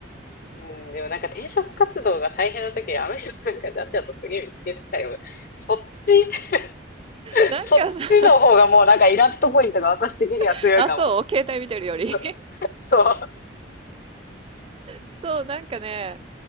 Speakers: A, on the left; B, on the right.
A: うん、でもなんか転職活動が大変な時、あの人なんかじゃっちゃと次見つけてたよ。そっち、<laughs>
B: なんかさ、
A: そっちの方がもうなんかイラッとポイントが私的には強いかも。
B: <laughs> あ、そう、携帯見てるより
A: そう。
B: <laughs>
A: そう。
B: そう、なんかね、